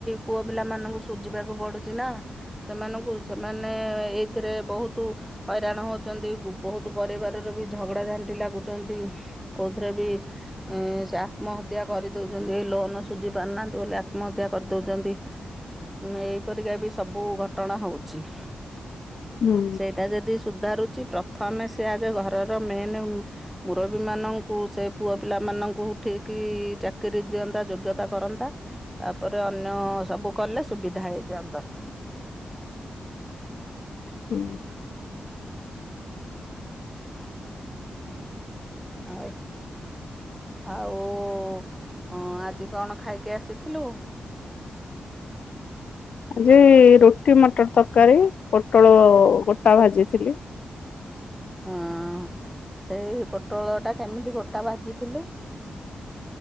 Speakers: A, in the centre; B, on the left.
A: ପୁଅ ପିଲାମାନଙ୍କୁ ସୁଝିବାକୁ ପଡ଼ୁ ଚିନା ସେମାନଙ୍କୁ ସେମାନେ ଏଇଥିରେ ବହୁତୁ ହଇରାଣ ହଉ ଚନ୍ତି, ବହୁତ୍ ପରିବାରରେ ବି ଝଗଡ଼ା ଝାଣ୍ଟି ଲାଗୁଚନ୍ତି କୋଉଥିରେ ବି ଏଁ ସେ ଆତ୍ମହତ୍ୟା କରିଦଉଚନ୍ତି, ଏ ଲୋନ ସୁଝି ପାରୁନାହାନ୍ତି ବୋଲି ଆତ୍ମହତ୍ୟା କରିଦଉଚନ୍ତି। ମାନେ ଏହିପରିକା ବି ସବୁ ଘଟଣା ହୋଉଛି।
B: ହୁଁ
A: ସେଇଟା ଯଦି ସୁଧାରୁଚି ପ୍ରଥମେ ସେ ଆଗେ ଘରର ମେନ୍ ଉଁ ମୁରବୀ ମାନଙ୍କୁ ସେ ପୁଅ ପିଲାମାନଙ୍କୁ ଠିକି ଚାକିରି ଦିଅନ୍ତା ଯୋଗ୍ୟତା କରନ୍ତା। ତାପରେ ଅନ୍ୟ ସବୁ କଲେ ସୁବିଧା ହେଇଯାଆନ୍ତା।
B: ହୁଁ।
A: ଆଉ ଆଉ ଉଁ ଆଜି କଣ ଖାଇକି ଆସିଥିଲୁ?
B: ଆଜି ରୁଟି ମଟର ତରକାରୀ ପୋଟଳ ଗୋଟା ଭାଜିଥିଲି।
A: ହଁ, ସେଇ ପୋଟଳ ଟା କେମିତି ଗୋଟା ଭାଜିଥିଲୁ?